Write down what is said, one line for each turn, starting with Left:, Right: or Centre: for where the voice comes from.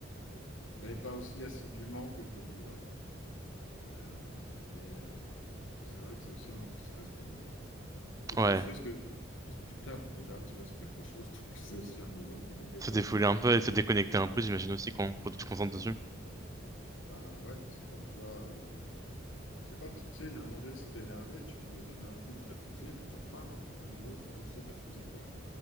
Left: Mais pas aussi assidûment que je le voudrais. Euh, mais euh, c'est vrai que c'est aussi un anti-stress pour moi, quoi. Le fait
Right: Ouais.
Left: de stress que, parce que tu tapes déjà, tu vas sur quelque chose, <laughs> donc c'est aussi un moyen de dégager
Right: Se défouler
Left: l'énergie.
Right: un peu et se déconnecter un peu, j'imagine aussi qu'on quand tu te concentres dessus.
Left: Bah ouais, c'est comme toi. euh, je sais pas, tu sais, à un moment donné, si t'es énervé, tu peux donner un coup dans ta fusée, puis tu repars. hein. De nouveau, tu recrées ta fusée, quoi. <laughs>